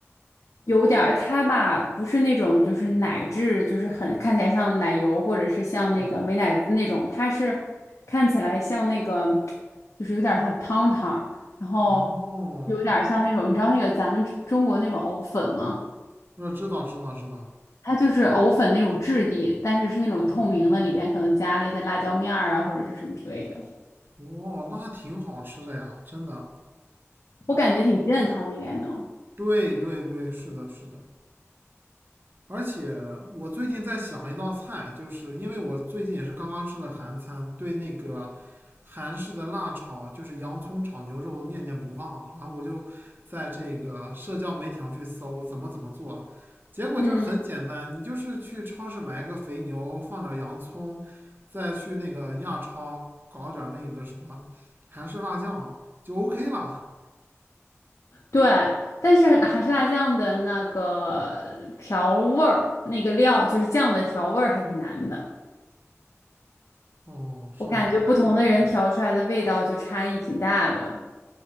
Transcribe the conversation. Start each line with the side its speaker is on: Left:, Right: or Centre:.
Left: 有点儿它吧不是那种就是奶质，就是很看起来像奶油或者是像那个美乃滋那种，
Right: 对，
Left: 它是看起来像那个就是有点儿像汤汤，然后
Right: 哦，
Left: 有点儿像那种你知道那个咱们中国那种藕粉吗？
Right: 那知道知道知道。
Left: 它就是藕粉那种质地，但是是那种透明的，
Right: 哦
Left: 里边可能加了一些辣椒面儿啊，或者是什么之类的。
Right: 哦，那挺好吃的呀，真的。
Left: 我感觉挺健康的，应该能。
Right: 对对对，是的，是的。而且我最近在想一道菜，就是因为我最近也是刚刚吃了韩餐，对那个韩式的辣炒，就是洋葱炒牛肉念念不忘啊。然后我就在这个社交媒体上去搜怎么怎么做，结果就是很简单，
Left: 嗯，
Right: 你就是去超市买一个肥牛，放点洋葱，再去那个亚超搞点那个什么韩式辣酱就 OK 了。
Left: 对，但是韩式辣酱的那个调味儿，那个料就是酱的调味儿还挺难的。
Right: 哦，是是。
Left: 我感觉不同的人调出来的味道就差异挺大的。